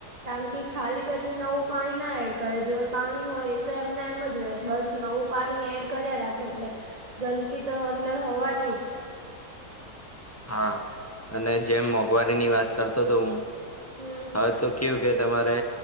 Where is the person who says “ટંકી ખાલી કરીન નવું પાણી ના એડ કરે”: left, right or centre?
Right